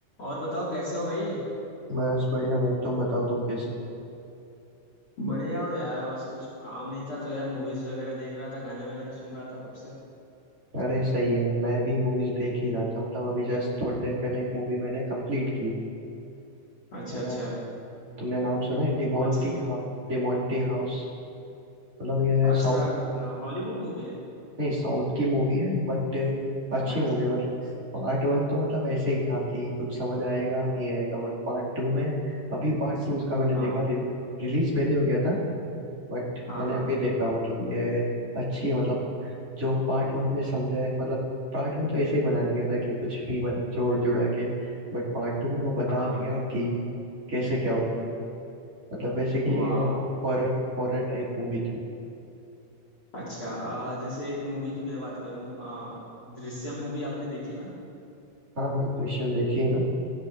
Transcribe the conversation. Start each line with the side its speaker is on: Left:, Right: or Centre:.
Left: और बताओ कैसे हो भाई
Right: बस बढ़िया भाई तुम बताओ तुम कैसे हो?
Left: बढ़िया हो यार बस कुछ काम नहीं था तो यार मूवीज वगैरह देख रहा था गाने वगैरह सुन रहा था कब से
Right: अरे सही है मैं भी मूवीज देख ही रहा था मतलब अभी जस्ट थोड़ी देर पहले एक मूवी मैंने कंप्लीट की
Left: अच्छा
Right: अ,
Left: अच्छा
Right: तुमने नाम सुना है डिमोंटी
Left: कौन सी
Right: हाउ डिमोंटी हाउस मतलब ये
Left: अच्छा
Right: साउथ
Left: हॉलीवुड मूवी है
Right: नहीं साउथ की मूवी है बट अच्छी
Left: अच्छा
Right: मूवी है मतलब पार्ट वन तो मतलब ऐसे ही था कि कुछ समझ आएगा नहीं आएगा बट पार्ट टू में अभी पार्ट टू इसका मैंने
Left: हाँ
Right: देखा रि, रिलीज पहले हो गया था बट
Left: हाँ
Right: मैंने
Left: हाँ
Right: अभी देखा मतलब ये अच्छी है मतलब जो पार्ट वन में समझा है मतलब पार्ट वन तो ऐसे ही बना दिया था कि कुछ भी बन, जोड़ जुड़ा के बट पार्ट टू में वो बता
Left: हाँ
Right: दिया कि कैसे क्या होता है मतलब बेसिकली
Left: वाह
Right: ये हॉरर हॉरर टाइप मूवी थी
Left: अच्छा आ, जैसे एक मूवी की मैं बात करूँ आ, दृश्यम मूवी आपने देखी है ना
Right: हाँ हाँ दृश्यम देखिए ना